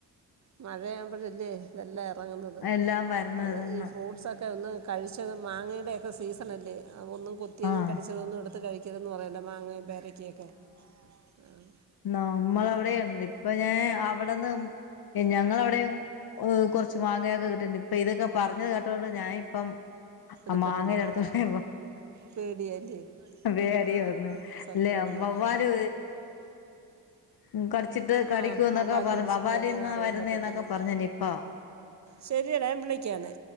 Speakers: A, on the right; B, on the left.
A: മഴയാവുമ്പോഴല്ലേ ഇതെല്ലാം എറങ്ങ്ന്നത്
B: എല്ലാം വരുന്നത്
A: അതെ
B: തന്നെ
A: ഈ ഫ്രൂട്ട് സൊക്കെ ഒന്ന് കഴിച്ചതും മാങ്ങയുടെയൊക്കെ സീസണല്ലേ അഹ് ഒന്നും കൊത്തിയതും
B: ആഹ്
A: കടിച്ചതൊന്നും എടുത്ത് കഴി ക്കരുത് എന്ന് പറയൊല്ലോ മാങ്ങയും പേരക്കയൊക്കെ ആഹ്
B: നമ്മള് അവിടെയ്ണ്ട് ഇപ്പൊ ഞാൻ അവിടെന്ന് എഹ് ഞങ്ങളെ അവിടെയും ഓഹ് കൊറച്ച് മാങ്ങയൊക്കെ കിട്ടിയിട്ട്ണ്ട് ഇപ്പ ഇതൊക്കെ പറഞ്ഞത് കേട്ടത്കൊണ്ട് ഞാന് ഇപ്പം
A: എടുക്കത്തില്ല
B: ആ മാങ്ങയുടെ അടുത്തോട്ടേ
A: പേടിയല്ലേ
B: <unintelligible> വേം അടീ
A: ആ
B: വന്ന്
A: സത്യമാണ്
B: ത്തെ അമ്മമാര് ഉം കടിച്ചിട്ട് കടിക്കൂ
A: ആ
B: എന്നൊക്കെ
A: വവ്വാൽ
B: പറഞ്ഞ്
A: കടിച്ചിട്ടേക്കുന്നറിയാൻ
B: വവ്വാലിന്നാ വരുന്നേന്നൊക്കെ
A: പറ്റത്തില്ലല്ലോ
B: പറഞ്ഞു നിപ്പ
A: ശരിയെടാ ഞാൻ വിളിക്കാംന്നെ